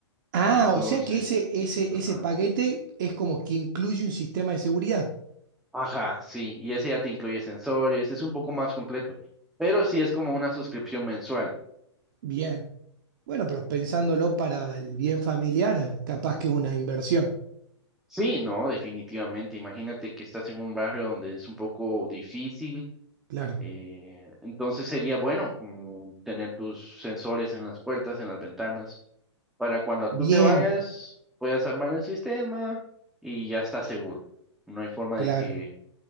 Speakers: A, on the right (about 40°); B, in the centre.
A: Ah,
B: Entonces,
A: o sea que ese, ese,
B: ajá.
A: ese paquete es como que incluye un sistema de seguridad.
B: Ajá, sí, y ese ya te incluye sensores, es un poco más completo, pero sí es como una suscripción mensual.
A: Bien. Bueno, pero pensándolo para el bien familiar, capaz que es una inversión.
B: Sí, no, definitivamente. Imagínate que estás en un barrio donde es un poco difícil.
A: Claro.
B: eh, entonces sería bueno como tener tus sensores en las puertas, en las ventanas, para cuando tú
A: Bien,
B: te vayas puedas armar el sistema y ya estás seguro. No hay forma
A: claro,
B: de que